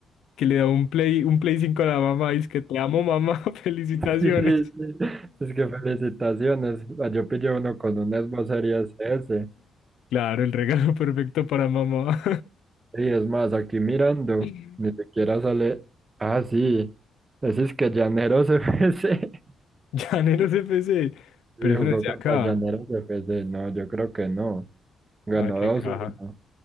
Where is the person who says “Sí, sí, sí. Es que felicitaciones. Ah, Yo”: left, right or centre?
Right